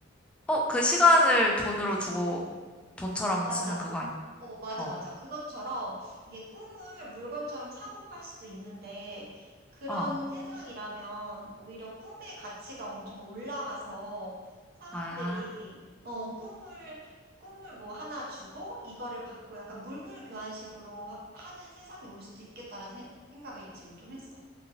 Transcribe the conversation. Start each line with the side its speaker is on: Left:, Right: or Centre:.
Centre: 어, 그 시간을 돈으로 주고 돈처럼
Right: 맞아.
Centre: 쓰는 그거 아닌가?
Right: 어, 맞아,
Centre: 어,
Right: 맞아. 그것처럼 이게 꿈을 물건처럼 사고 팔 수도 있는데 그런
Centre: 어.
Right: 세상이라면 오히려 꿈의 가치가 엄청 올라가서 사람들이
Centre: 아.
Right: 어, 꿈을 꿈을 뭐 하나 주고 이거를 받고 약간 물물 교환식으로 하는 세상이 올 수도 있겠다라는 세- 생각을 지금 좀 했어.